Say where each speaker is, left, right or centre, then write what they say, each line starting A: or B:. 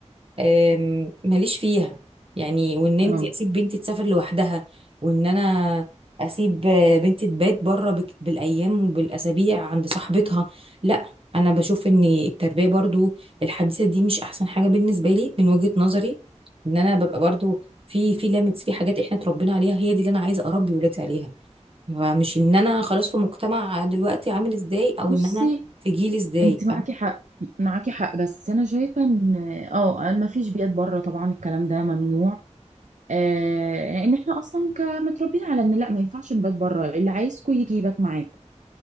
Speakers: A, on the right; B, on the right.
A: آم، ماليش فيها يعني وان انت
B: اه
A: اسيب بنتي تسافر لوحدها وان انا اسيب آه، بنتي تبات بره بك- بالايام وبالاسابيع عند صاحبتها لا انا بشوف ان التربيه برضو الحديثه دي مش احسن حاجه بالنسبه لي من وجهه نظري ان انا ببقى برضو في في ليميتس في حاجات احنا اتربينا عليها هي دي اللي انا عايزه اربي ولادي عليها فمش ان انا خلاص في مجتمع دلوقتي عامل ازاي او
B: بصي
A: ان انا في جيل ازاي
B: انت معاكي حق معاكي حق بس انا شايفه ان اه ما فيش بيئات بره طبعا الكلام ده ممنوع آه ان احنا اصلا كمتربيين على ان لا ما ينفعش نبات بره اللي عايزكوا يجي يبات معاكم